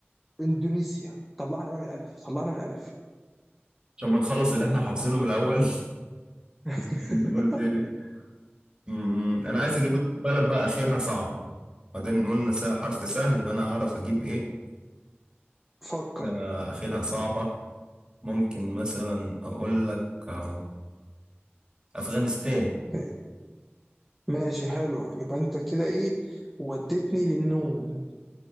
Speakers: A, in the centre; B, on the right.
A: إندونيسيا طلعنا بقى من الألف طلعنا من الألف
B: عشان ما نخلص اللي احنا حافظينه من الاول <laughs>
A: <laughs>
B: بنقول ايه أمم، انا عايز اجيب لك بلد بقى اخرها صعب بعدين قلنا سا- حرف سهل يبقى انا هعرف اجيب ايه
A: فكر
B: آه، اخرها صعبة ممكن مثلا اقول لك آه، افغانستان
A: إيه، ماشي حلوة يبقى أنت كده إيه وديتني للنون